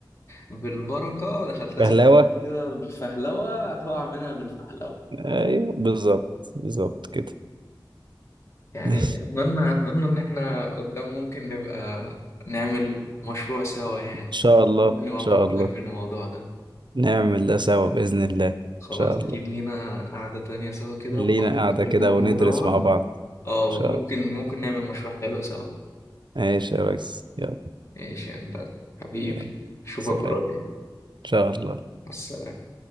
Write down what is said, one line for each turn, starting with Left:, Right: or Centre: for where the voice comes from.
Left: بالبركة دخلتها
Right: بهلاوة
Left: زي ما أنت بتقول كده بالفهلوة هتقع منها بالفهلوة
Right: ايوه بالظبط بالظبط كده <laughs>
Left: يعني
Right: ان
Left: أتمنى أتمنى إن إحنا قدام ممكن نبقى نعمل مشروع سوا يعني
Right: شاء الله
Left: ممكن
Right: ان
Left: نبقى
Right: شاء
Left: نفكر
Right: الله
Left: في الموضوع ده
Right: نعمل ده سوا باذن الله ان
Left: خلاص
Right: شاء الله
Left: أكيد لينا قعدة تانية سوا كده
Right: لينا
Left: ونفكر
Right: قاعده
Left: في
Right: كده
Left: الموضوع
Right: وندرس
Left: ده
Right: مع بعض
Left: اه وممكن
Right: ان شاء الله
Left: ممكن نعمل مشروع حلو سوا
Right: ماشي يا ريس يلا
Left: ماشي يا هندسة حبيبي
Right: يلا
Left: أشوفك
Right: سلام
Left: قريب
Right: ان شاء الله
Left: مع السلامة